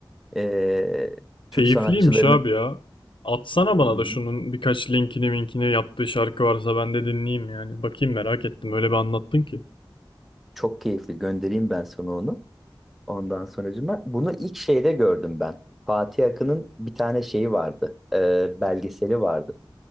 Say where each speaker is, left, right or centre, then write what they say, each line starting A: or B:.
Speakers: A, in the centre; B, on the left.
A: eee, Türk
B: Keyifliymiş
A: sanatçılarını
B: abi ya. Atsana
A: Hmm,
B: bana da şunun birkaç linkini minkini yaptığı şarkı varsa ben de dinleyeyim yani. Bakayım merak ettim. Öyle bir anlattın ki.
A: çok keyifli göndereyim ben sana onu. Ondan sonracığıma bunu ilk şeyde gördüm ben. Fatih Akın'ın bir tane şeyi vardı. Eee, belgeseli vardı.